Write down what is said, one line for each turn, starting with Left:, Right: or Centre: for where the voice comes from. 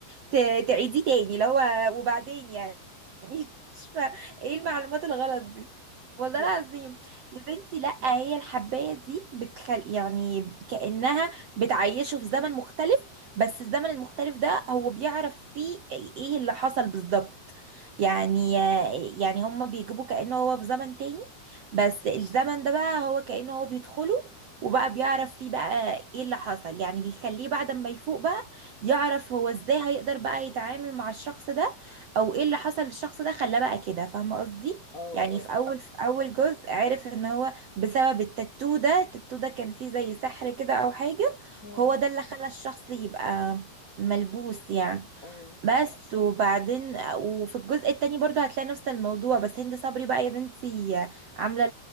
Right: ت- تعيديه تاني لو وبعدين يعني <laughs> مش فا ايه المعلومات الغلط دي والله
Left: بقى
Right: العظيم يا بنتي لا هي الحبايه دي بتخل يعني كانها بتعيشه في زمن مختلف بس الزمن المختلف ده هو بيعرف فيه ايه اللي حصل بالظبط يعني يعني هما بيجيبوا كأنه هو في زمن تاني بس الزمن ده بقى هو كأنه هو بيدخله وبقى بيعرف فيه بقى ايه اللي حصل يعني بيخليه بعد ما يفوق بقى يعرف هو ازاي هيقدر بقى يتعامل مع الشخص ده او ايه اللي حصل للشخص ده خلاه بقى كده فاهمه قصدي
Left: اه
Right: يعني
Left: اه
Right: في اول في اول جزء عرف ان هو بسبب التاتو ده التاتو ده كان فيه زي سحر كده او حاجه
Left: مم.
Right: هو ده اللي خلى الشخص يبقى ملبوس يعني
Left: اه
Right: بس وبعدين وفي الجزء التاني برضو هتلاقي نفس الموضوع بس هند صبري بقى يا بنتي عامله